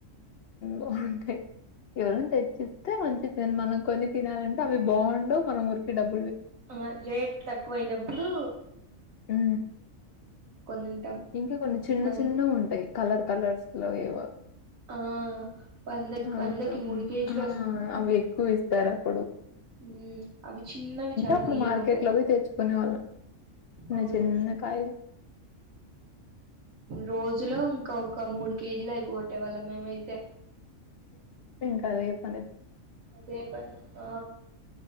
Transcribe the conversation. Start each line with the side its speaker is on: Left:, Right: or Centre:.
Left: బాగుంటాయి ఎవరిని తెచ్చిస్తే మంచి మనం కొని తినాలంటే అవి బాగుండువు మన ఊరికి డబ్బు
Right: ఆ రేట్ ఎక్కువయినప్పుడు
Left: ఉ
Right: తింటాం
Left: ఇంకా కొన్ని చిన్న
Right: వన్
Left: చిన్న ఉంటాయి కలర్ కలర్స్ లో ఏవ
Right: ఆ వందకి
Left: అవి
Right: వందకి
Left: ఎక్వ బాగుయి
Right: మూడు కేజీలు
Left: అవి ఎక్కువ ఇస్తారు అప్పుడు
Right: హుం అవి చిన్నవి చాలా
Left: అప్పుడు
Right: తీయకుంటాయి
Left: మార్కెట్‌లో పోయి తెచ్చుకునేవాళ్ళం. చిన్న
Right: అవును
Left: చిన్న కాయలు.
Right: రోజులో ఒ ఒకక్క మూడు కేజీలు అయిపోవట్డి పెట్టే వాళ్ళ మేమైతే
Left: కరే ప
Right: అదే పని ఆ